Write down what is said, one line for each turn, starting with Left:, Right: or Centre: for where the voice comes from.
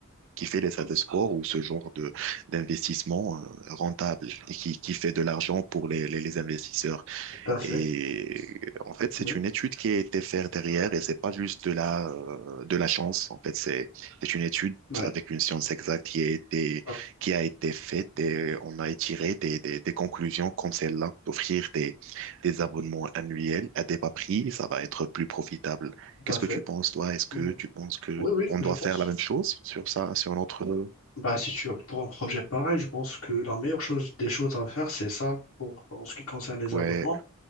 Right: qui fait les salles de sport ou ce genre de d'investissement euh, rentable et qui, qui fait de l'argent pour les, les, les investisseurs.
Left: tout à fait.
Right: Et en fait, c'est
Left: Oui,
Right: une étude qui a été faite derrière et c'est pas juste de la, euh, de la chance. En fait, c'est, c'est une étude
Left: oui,
Right: avec une science exacte qui a été,
Left: ah,
Right: qui a été faite et on a tiré des, des, des conclusions comme celle-là, d'offrir des, des abonnements annuels à des bas prix, ça va être plus profitable.
Left: tout
Right: Qu'est-ce
Left: à fait.
Right: que tu penses, toi? Est-ce que
Left: Oui,
Right: tu penses que
Left: oui,
Right: on
Left: je
Right: doit
Left: pense.
Right: faire la même chose sur ça, sur notre,
Left: Bah, si tu pour un projet pareil, je pense que la meilleure chose des choses à faire, c'est ça pour en ce qui concerne les
Right: ouais,
Left: abonnements.